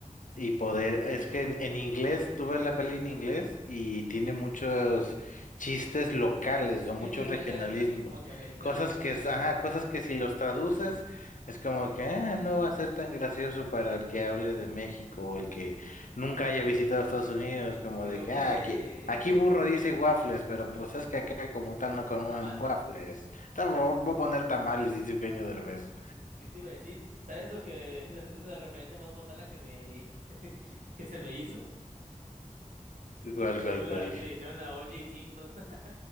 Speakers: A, on the left; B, on the right.
A: Y poder, es que en, en inglés, tú ves la peli en inglés y
B: Ujú.
A: tiene muchos chistes locales o muchos
B: Chistes locales
A: regionalismos,
B: así como que americanos.
A: cosas que, es- ajá,
B: Ujú.
A: cosas que si los traduces es como que "Ah, no va a ser tan gracioso para el que hable de México o el que nunca haya visitado Estados Unidos, como
B: Creo
A: de que
B: que...
A: "Ah, aquí, aquí burro
B: <laughs>
A: dice waffles, pero pues
B: Ujú.
A: es que acá como tal no comen
B: Tamales.
A: waffles. Tam- Voy a poner tamales, dice Eugenio Derbez.
B: ¿Qué te iba a decir? ¿Sabes lo que <laughs> es la referencia más botana que me <laughs> que se me hizo?
A: ¿Cuál,
B: Fue
A: cuál,
B: la
A: cuál?
B: que le hicieron a O.J. Simpson. <laughs>